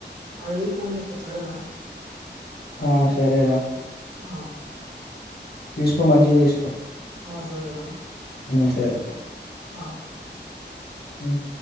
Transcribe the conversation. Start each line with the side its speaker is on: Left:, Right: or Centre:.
Right: అడికిపోయి పోన్ చేత్త సరేనా
Left: ఆ సరేరా
Right: ఆ
Left: తీసుకో మంచియి తీసుకో
Right: ఆ సరేరా
Left: మహ్ సరే
Right: ఆ
Left: మహ్